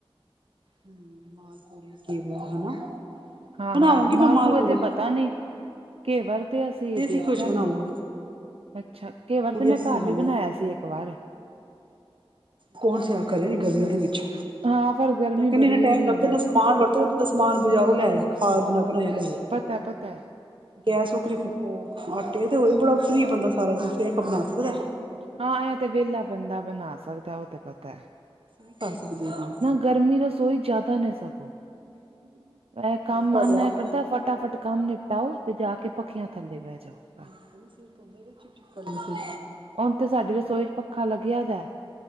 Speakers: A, on the right (about 55°); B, on the right (about 80°).
A: ਹੂੰ, ਮਾਲਪੂਰੇ, ਘੇਵਰ ਹਨਾ।
B: ਹਾਂ-
A: ਬਣਾਵਾਂਗੀ
B: ਹਾਂ,
A: ਮੈਂ
B: ਮਾਲਪੂਏ
A: ਮਾਲ ਪੂੜੇ
B: ਤੇ ਪਤਾ ਨੀ। ਘੇਵਰ ਤੇ ਅਸੀਂ
A: ਮੈਂ ਦੇਸੀ
B: ਦੇਖਿਆ
A: ਘਿਓ ਚ ਬਣਾਵਾਂਗੀ
B: ਵੇ। ਅੱਛਾ, ਘੇਵਰ
A: ਗੁੜੀਆਂ
B: ਤੇ ਮੈਂ
A: ਕੋ
B: ਘਰ
A: ਮੰਗਵਾਵਾਂਗੀ
B: ਵੀ ਬਨਾਇਆ ਸੀ ਏਕ ਏਕ ਵਾਰ।
A: ਕੌਣ ਸਿਆ ਕਰੇ ਇਨੀ ਗਰਮੀ ਦੇ ਵਿੱਚ।
B: ਹਾਂ ਪਰ ਗਰਮੀ
A: ਮੈਂ ਕੈਨੀ
B: ਬੜੀ
A: ਇਨਾ ਟੈਮ
B: ਉਹੀ
A: ਲੱਗਦੈ,
B: ਹੈ ਨਾ
A: ਇਨਾ ਸਮਾਨ ਵਰਤੇ ਤੇ ਸਮਾਨ ਬਾਜ਼ਾਰੋਂ ਲੈ ਆਏ ਖਾਨ ਬਣਾ -ਬਣਾਏ ਲੈ ਆਏ।
B: ਪਤੈ - ਪਤੈ।
A: ਗੈਸ ਵਖਰੀ ਫੂਕੋ, ਆਟੇ ਤੇ ਹੋਏ ਬੜਾ ਫ੍ਰੀ ਬੰਦਾ ਸਾਰਾ ਦਿਨ ਕੇਕ ਬਣਾ ਸਕਦੈ।
B: ਹਾਂ, ਐ ਤੇ ਵੇਲਾ ਬੰਦਾ ਬਣਾ ਸਕਦੈ, ਓ ਤੇ ਪਤੈ।
A: ਨੀ ਕਰ ਸਕਦੇ ਅਪਣਾ।
B: ਗਰਮੀ ਰਸੋਈ ਚ ਜਾਦਾ ਨੇ ਸਗੋ। ਠੀਕ ਬੀ ਐ ਕੰਮ
A: ਸਾਡੇ
B: ਮਨ
A: ਆਪ
B: ਐ ਕਰਦੈ,
A: ਪਈ
B: ਫਟਾਫਟ ਕੰਮ ਨਿਪਟਾਓ ਤੇ ਜਾ ਕੇ ਪਖੀਆਂ ਥੱਲੇ ਬੈ ਜਾਓ। ਬਸ
A: ਕੈਂਦੇ ਸਿਰ ਧੋਂਦੇ ਤੇ ਚਿਪ- ਚਿਪ ਕਰਨੀ ਸੀ।
B: ਹੁਨ ਤੇ ਸਾਡੀ ਰਸੋਈ ਚ ਪੱਖਾ ਲੱਗਿਆ ਦੈ।